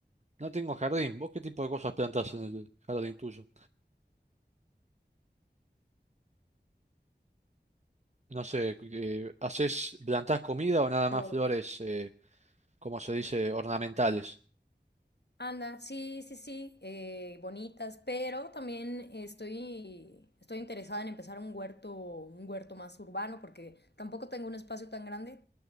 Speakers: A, on the right; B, on the left.
A: no tengo jardín. ¿Vos qué tipo de cosas plantás en el jardín tuyo? No sé, eh, ¿hacés, plantás comida o nada
B: Pero,
A: más flores, eh, como se dice, ornamentales?
B: anda, sí, sí, sí, eh, bonitas, pero también estoy, estoy interesada en empezar un huerto, un huerto más urbano, porque tampoco tengo un espacio tan grande